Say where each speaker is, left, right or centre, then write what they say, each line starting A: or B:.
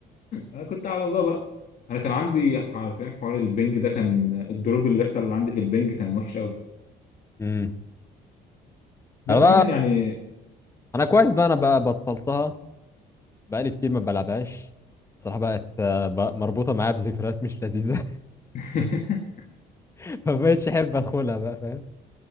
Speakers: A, on the left; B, on the left.
A: انا كنت على الله بقى انا كان عندي حرفيا حوار البنج ده كان الدروب اللي بيحصل اللي عندي في البنج كان وحش قوي
B: امم
A: بس
B: انا بقى
A: عامه يعني
B: انا كويس بقى انا بقى بطلتها بقالي كتير ما بلعبهاش صراحة بقت آه، بقى مربوطة معايا بذكريات مش لذيذة
A: <laughs>
B: <laughs> فبقتش احب ادخلها بقى فاهم